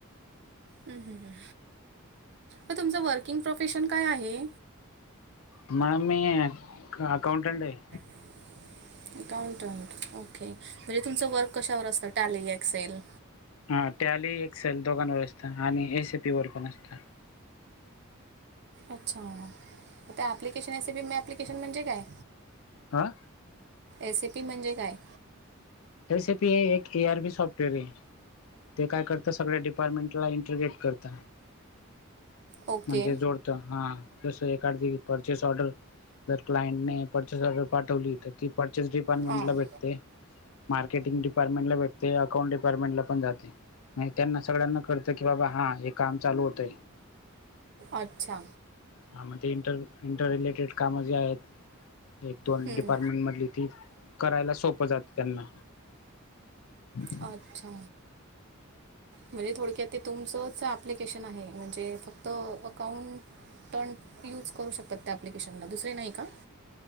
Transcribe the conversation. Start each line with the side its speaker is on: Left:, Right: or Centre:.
Right: हम्म हम्म हम्म मग तुमचं वर्किंग प्रोफेशन काय आहे?
Left: मॅम मी अकाउंटंट आहे.
Right: <inaudible> अकाउंटंट ओके म्हणजे तुमचं वर्क कशावर असतं? Tally - Excel?
Left: हा टॅली एक्सेल दोघांवर असत आणि एसीपी वर पण असत.
Right: अच्छा म ते ॲप्लिकेशन एसिपी मे ॲप्लिकेशन म्हणजे काय?
Left: हां?
Right: एसिपी म्हणजे काय?
Left: एसीपी हे एक ए आर बी सॉफ्टवेअर आहे. ते काय करतं. सगळ्या डिपार्टमेंटला इंट्रीग्रेट करत.
Right: ओके.
Left: म्हणजे जोडत. हा जस एक आर झी. परचेस ऑर्डर, जर क्लायंटने परचेस ऑर्डर पाठवली, तर ती परचेस डिपार्टमेंटला
Right: हां.
Left: भेटते. मार्केटिंग डिपार्टमेंटला भेटते अकाउंट डिपार्टमेंटला पण जाते. त्यांना सगळ्यांना कळ त की बाबा हा हे काम चालू होतंय
Right: अच्छा.
Left: हां मग ते इंटर इंटर रिलेटेड जे कामं आहेत एक दोन
Right: हं.
Left: डिपार्टमेंट मधली, ती करायला सोपं जातं त्यांना <inaudible>
Right: अच्छा म्हणजे थोडक्यात ते तुमचंच ॲप्लिकेशन आहे म्हणजे फक्त अकाउंट आकाउंट यूज करू शकतात, त्या ॲप्लिकेशनला दुसरे नाही का?